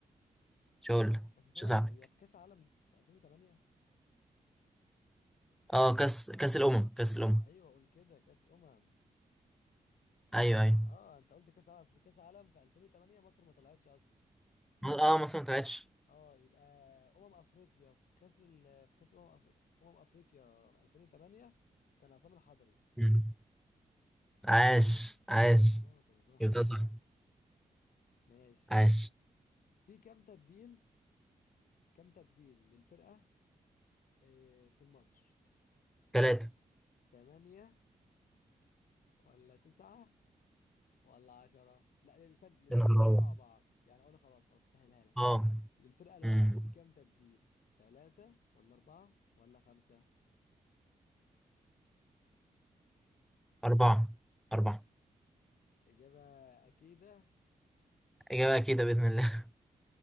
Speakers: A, in the centre; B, on the left.
A: مش هقول لك
B: بس ثواني
A: مش هساعدك
B: هي في كاس عالم في 2008
A: اه كاس كاس الامم كاس الامم
B: ايوه قول كده كاس امم
A: ايوه ايوه
B: اه انت قلت كاس عالم اصل كاس عالم في 2008 مصر ما طلعتش اصلا
A: اه مصر ما طلعتش
B: اه يبقى امم افريقيا في كاس ال... في كاس امم أفر... امم افريقيا 2008 كان عصام الحضري
A: مم. عاش عاش
B: اه كان عصام الحضري
A: يبقى صح
B: طبعا ماشي
A: عاش
B: في كام تبديل كام تبديل للفرقة آه، في الماتش
A: ثلاثة
B: 8 ولا 9 ولا 10 لا للسن... للفرقتين
A: يا نهار أبيض
B: مع بعض يعني اقول خلاص خلاص سهلها لك
A: اه
B: للفرقة الواحدة
A: امم
B: في كام تبديل 3 ولا 4 ولا 5
A: أربعة أربعة
B: إجابة أكيدة
A: إجابة أكيدة بإذن الله